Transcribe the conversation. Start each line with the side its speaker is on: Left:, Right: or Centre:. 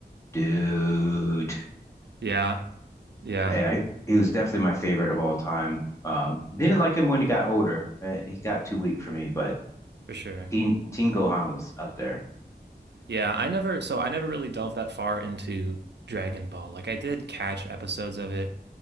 Left: dude. <laughs>
Right: Yeah, yeah,
Left: Yeah, he was definitely my favorite of all time. Um didn't like him when he got older. Uh, he got too weak for me, but
Right: for sure.
Left: Teen Teen Gohan was up there.
Right: Yeah, I never so I never really delved that far into Dragon Ball. Like I did catch episodes of it